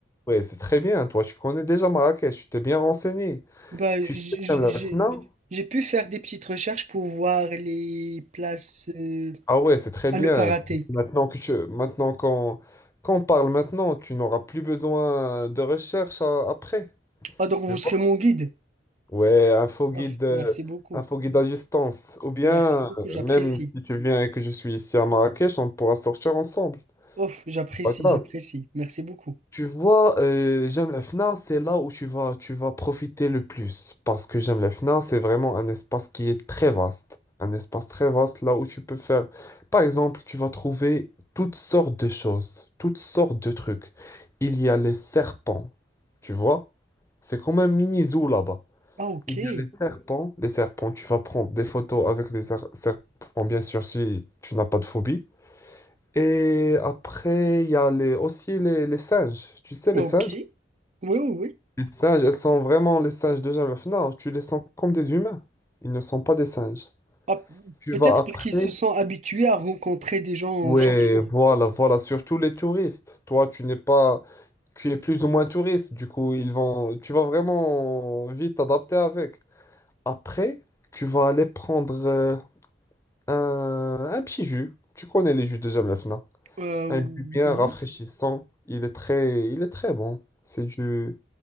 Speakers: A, on the left (about 15°); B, on the right (about 40°).
A: Ouais, c'est très bien. Toi, tu connais déjà Marrakech, tu t'es bien renseigné.
B: Bah,
A: Tu
B: j-
A: sais
B: j-
A: Jemaa
B: j'ai
A: el Fna?
B: j'ai pu faire des petites recherches pour voir les places euh,
A: Ah ouais, c'est très
B: à
A: bien.
B: ne pas rater.
A: Maintenant que tu, maintenant qu'on, qu'on parle maintenant, tu n'auras plus besoin de recherche euh, après.
B: Ah, donc vous
A: Tu vois
B: serez mon guide.
A: Ouais, un faux guide,
B: Ouf,
A: euh,
B: merci beaucoup.
A: un faux guide à distance. Ou bien,
B: Merci beaucoup, j'apprécie.
A: euh, même si tu viens et que je suis ici à Marrakech, on pourra sortir ensemble.
B: Ouf, j'apprécie,
A: Pas grave.
B: j'apprécie. Merci beaucoup.
A: Tu vois, euh, J'aime la FNA, c'est là où tu vas, tu vas profiter le plus. Parce que J'aime la FNA, c'est vraiment un espace qui est très vaste. Un espace très vaste là où tu peux faire. Par exemple, tu vas trouver toutes sortes de choses, toutes sortes de trucs. Il y a les serpents, tu vois? C'est comme un mini zoo là-bas.
B: Ah, ok.
A: Il y a les serpents. Les serpents, tu vas prendre des photos avec les ser- serpents, bien sûr, si tu n'as pas de phobie. Et après, il y a les, aussi les, les singes. Tu sais,
B: Ok.
A: les singes?
B: Oui, oui, oui.
A: Les singes, elles sont vraiment les singes de Jeff. Non, tu les sens comme des humains. Ils ne sont pas des singes.
B: Ah,
A: Tu
B: peut-être
A: vas après.
B: parce qu'ils se sont habitués à rencontrer des gens
A: Oui,
B: chaque jour.
A: voilà, voilà, surtout les touristes. Toi, tu n'es pas, tu es plus ou moins touriste. Du coup, ils vont, tu vas vraiment vite t'adapter avec. Après, tu vas aller prendre euh, un, un petit jus. Tu connais les jus de Jeff,
B: Euh,
A: Un jus bien
B: oui.
A: rafraîchissant. Il est très, il est très bon. C'est du,